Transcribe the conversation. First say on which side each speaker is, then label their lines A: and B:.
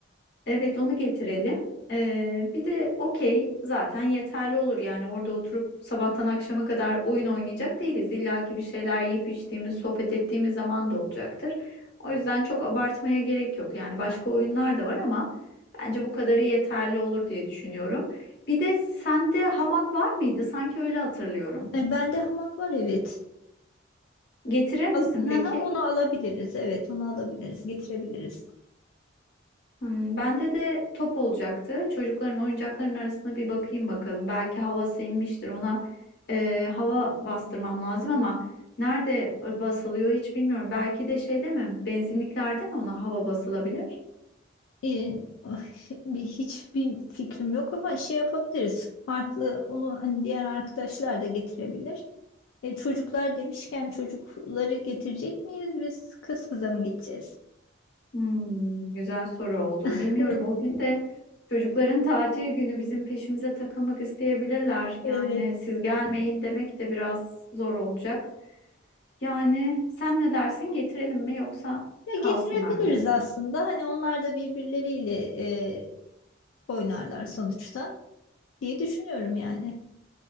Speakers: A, on the left; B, on the left.
A: Evet onu getirelim. Ee, bir de okey zaten yeterli olur. Yani orada oturup sabahtan akşama kadar oyun oynayacak değiliz. İlla ki bir şeyler yiyip içtiğimiz, sohbet ettiğimiz zaman da olacaktır. O yüzden çok abartmaya gerek yok. Yani başka oyunlar da var ama bence bu kadarı yeterli olur diye düşünüyorum. Bir de sende hamak var mıydı? Sanki öyle hatırlıyorum.
B: E, bende hamak var evet.
A: Getirir misin
B: Al, hı
A: peki?
B: hı, onu alabiliriz evet onu alabiliriz getirebiliriz.
A: Hmm, bende de top olacaktı. Çocukların oyuncaklarının arasına bir bakayım bakalım. Belki havası inmiştir. Ona e, hava bastırmam lazım ama nerede e, basılıyor hiç bilmiyorum. Belki de şeyde mi? Benzinliklerde mi ona hava basılabilir?
B: E, <laughs> oh, bir- hiçbir fikrim yok ama şey yapabiliriz. Farklı onu hani diğer arkadaşlar da getirebilir. E, çocuklar demişken çocukları getirecek miyiz biz kız kıza mı gideceğiz?
A: Hmm, güzel soru oldu.
B: <laughs>
A: Bilmiyorum. O gün de çocukların tatil günü bizim peşimize takılmak isteyebilirler.
B: Evet.
A: Yani siz gelmeyin demek de biraz zor olacak. Yani sen ne dersin getirelim mi yoksa
B: Ya
A: kalsınlar
B: getirebiliriz
A: mı?
B: aslında. Hani onlar da birbirleriyle e, oynarlar sonuçta diye düşünüyorum yani.